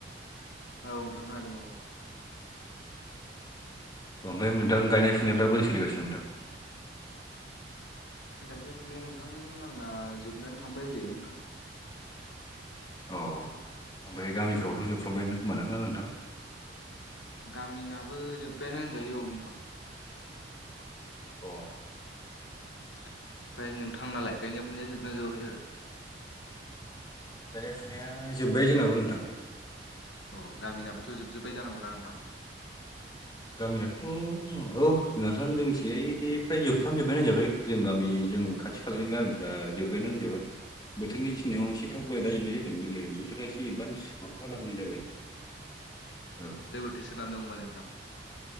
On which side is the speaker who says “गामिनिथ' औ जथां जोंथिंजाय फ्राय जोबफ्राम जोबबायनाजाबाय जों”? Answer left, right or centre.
Left